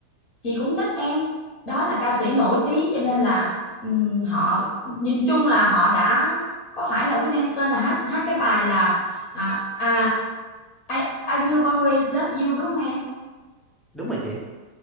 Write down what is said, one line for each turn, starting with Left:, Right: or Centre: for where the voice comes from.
Left: chị cũng thích em đó là ca sĩ nổi tiếng cho nên là ừm, họ nhìn chung là họ đã có phải là Whitney Houston là hát, hát cái bài là à, à, I, I will always love you đúng không em
Centre: Đúng rồi chị.